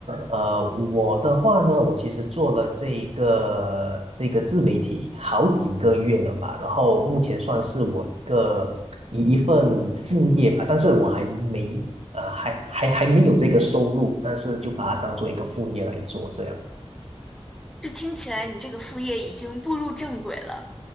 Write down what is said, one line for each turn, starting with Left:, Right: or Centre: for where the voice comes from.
Right: 呃，我的话呢，我其实做了这一个这个自媒体好几个月了吧，然后目前算是我一个一一份副业吧，
Centre: 嗯。
Right: 但是我还没呃还还还没有这个收入，但是就把它当做一个副业来做这样。
Centre: 就听起来你这个副业已经步入正轨了，